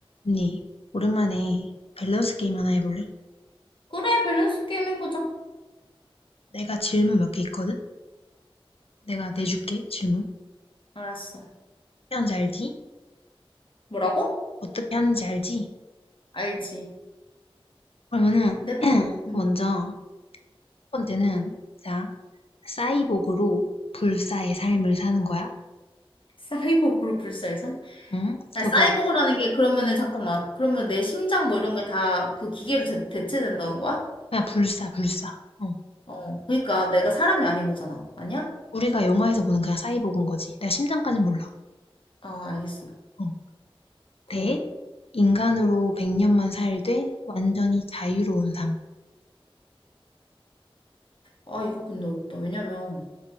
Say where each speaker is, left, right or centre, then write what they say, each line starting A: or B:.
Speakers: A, on the left; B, on the left.
A: 언니, 오랜만에 밸런스 게임 하나 해볼래?
B: 그래, 밸런스 게임 해보자.
A: 내가 질문 몇 개 있거든? 내가 내줄게, 질문. 어떻게
B: 알았어.
A: 하는지 알지?
B: 뭐라고?
A: 어떻게 하는지 알지?
B: 알지.
A: 그러면은,
B: 내 방-
A: <clears throat>
B: 음,
A: 먼저, 첫 번째는, 자, 사이보그로 불사의 삶을 사는 거야.
B: 사이보그로 불사의성?
A: 응?
B: 아,
A: 그거,
B: 사이보그라는 게 그러면은 잠깐만. 그러면 내 심장 뭐 이런 게 다 그 기계로 대, 대체된다는 거야?
A: 그냥 불사, 불사. 어.
B: 어. 그러니까 내가 사람이 아닌 거잖아. 아니야?
A: 우리가 영화에서 보는 그냥 사이보그인 거지. 내가 심장까지 몰라.
B: 아, 알겠어.
A: 어.
B: 그리고
A: 대, 인간으로 100년만 살되 완전히 자유로운 삶.
B: 아, 이거 근데 어렵다. 왜냐면